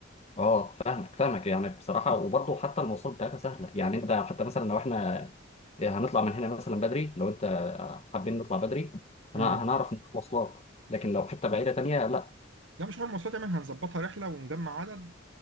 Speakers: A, on the left; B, on the right.
A: اه فاهمك فاهمك يعني بصراحه وبرضه حتى المواصلات بتاعتها سهله يعني انت حتى مثلا لو احنا هنطلع من هنا مثلا بدري لو انت حابين نطلع بدري هن-
B: امم
A: هنعرف نجيب مواصلات لكن لو حته بعيده تانيه لا
B: لا مش حوار مواصلات يعني هنظبطها رحله ونجمع عدد